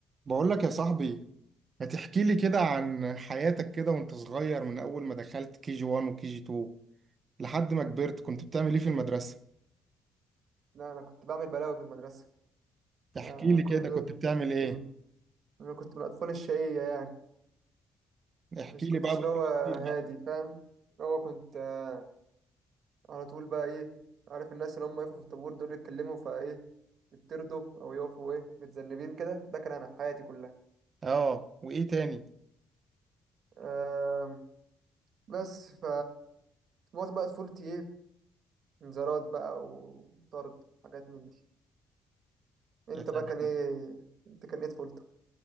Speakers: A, on the right (about 45°); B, on the right (about 65°).
A: بقول لك يا صاحبي ما تحكي لي كده عن حياتك كده وانت صغير من اول ما دخلت كي جي 1 وكي جي 2 لحد ما كبرت كنت بتعمل ايه في المدرسة
B: لا انا كنت بعمل بلاوي في المدرسه ده
A: احكي لي كده
B: كل
A: كنت بتعمل ايه
B: كنت انا كنت من الاطفال الشقيه يعني
A: احكي
B: مش
A: لي
B: كنتش
A: بقى
B: اللي
A: بالتفصيل
B: هو هادي
A: بقى
B: فاهم اللي هو كنت آه، على طول بقى ايه عارف الناس اللي هم يقفوا في الطابور دول يتكلموا فايه يتردوا او يقفوا ايه متذنبين كده ده كان انا في حياتي كلها
A: اه وايه تاني
B: آم، بس ف معظم بقى طفولتي ايه انذارات بقى وطرد وحاجات من دي انت
A: يا سلام
B: بقى كان ايه انت كان ايه طفولتك